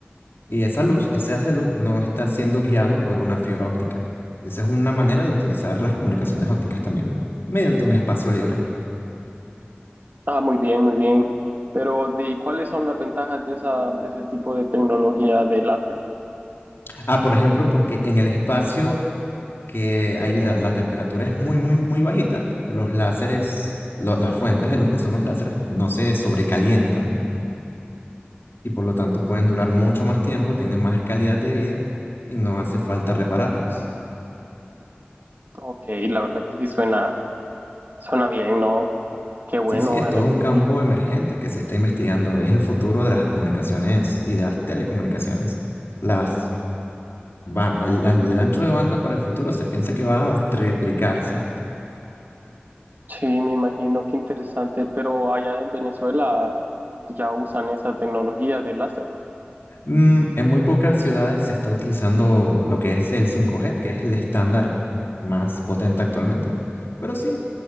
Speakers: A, on the left (about 70°); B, on the right (about 50°).
A: Y esa luz, ese haz de luz, no está siendo guiado por una fibra óptica. Esa es una manera de utilizar las comunicaciones ópticas también, mediante un espacio libre.
B: Ah, muy bien, muy bien. Pero, ¿de cuáles son las ventajas de esa, de ese tipo de tecnología de láser?
A: Ah, por ejemplo, porque en el espacio que hay la, la temperatura es muy, muy, muy bajita, los láseres, lo- las fuentes de luz que son los láseres, no se sobrecalientan y por lo tanto pueden durar mucho más tiempo, tienen más calidad de vida y no hace falta repararlos.
B: Ok, la verdad que sí suena. Suena bien, ¿no? Qué bueno,
A: Sí, sí, es
B: ojalá
A: todo un
B: que
A: campo
B: sí.
A: emergente que se está investigando. Es el futuro de las comunicaciones y de las telecomunicaciones. Las va, el, el ancho de banda para el futuro se piensa que va a triplicarse.
B: Sí, me imagino, qué interesante, pero allá en Venezuela ya usan esa tecnología de láser.
A: Mm, en muy pocas ciudades se está utilizando lo que es el 5G, que es el estándar más potente actualmente. Pero sí,